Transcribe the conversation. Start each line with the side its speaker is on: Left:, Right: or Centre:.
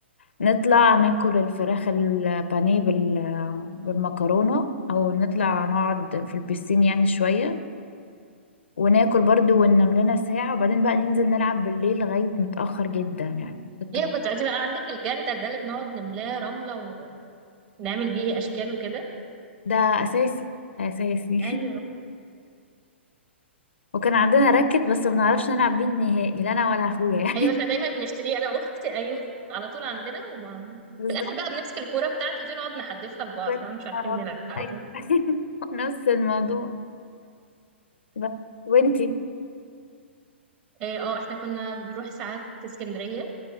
Left: نطلع ناكل الفراخ البانيه بال- بالمكرونة او نطلع نقعد في البيسين يعني شوية وناكل برضو وننام لنا ساعة وبعدين بقى ننزل نلعب بالليل لغاية متأخر جدا يعني كنت
Right: هي
Left: بط-
Right: كنت عايزة بقى عندك الجردل ده اللي بنقعد نملاه رملة ونعمل بيه أشكال وكده
Left: ده اساسي اساسي
Right: أيوه
Left: <laughs> وكان عندنا راكت بس ما بنعرفش نلعب بيه نهائي لا انا ولا اخويا
Right: أيوه احنا دايما بنشتريه أنا وأختي <laughs> أيوه على طول عندنا وما
Left: بالظبط
Right: في الآخر بقى بنمسك الكورة بتاعته دي نقعد نحدفها لبعض
Left: وانت
Right: فاحنا مش عارفين
Left: اه،
Right: نلعب
Left: ايوه
Right: فاهم؟
Left: <laughs> نفس الموضوع بس وانتي
Right: اه آه، احنا كنا بنروح ساعات اسكندرية